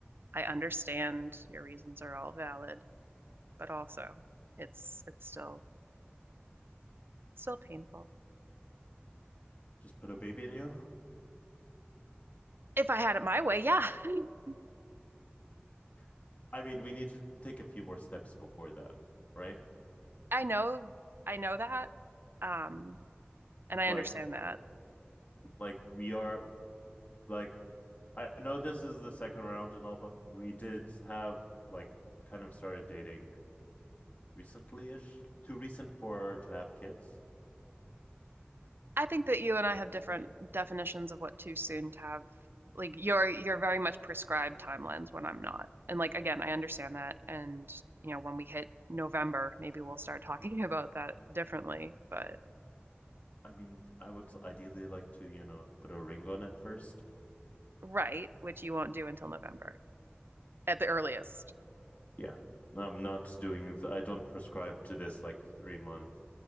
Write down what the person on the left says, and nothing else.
just put a baby in you.
<laughs> I mean, we need to take a few more steps before that, right?
Like,
like we are like I know this is the second round and all, but we did have like kind of started dating recently ish. Too recent for to have kids.
I mean, I would ideally like to, you know, put a ring on it first.
Yeah. I'm not doing, I don't prescribe to this like three months.